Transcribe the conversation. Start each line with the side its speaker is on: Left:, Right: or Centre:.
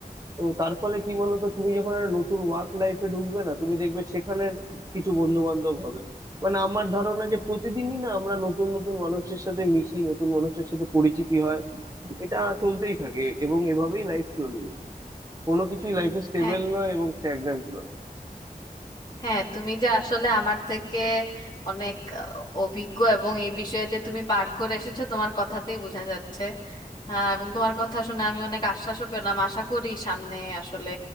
Right: তো তার ফলে কি বলতো তুমি যখন একটা নতুন ওয়ার্ক লাইফে ঢুকবে না তুমি দেখবে সেখানের কিছু বন্ধু বান্ধব হবে মানে আমার ধারণা যে প্রতিদিনই না আমরা নতুন নতুন মানুষের সাথে মিশি নতুন মানুষের সাথে পরিচিতি হয় এটা চলতেই থাকে এবং এভাবেই লাইফ চলবে কোনো কিছুই লাইফে স্টেবল
Left: হ্যাঁ
Right: নয় এবং স্ট্যাগন্যান্ট নয়
Left: হ্যাঁ তুমি যে আসলে আমার থেকে অনেক আহ, অভিজ্ঞ এবং এই বিষয়ে যে তুমি পার করে এসেছো তোমার কথাতেই বোঝা যাচ্ছে আহ, এবং তোমার কথা শুনে আমি অনেক আশ্বাসও পেলাম আশা করি সামনে আসলে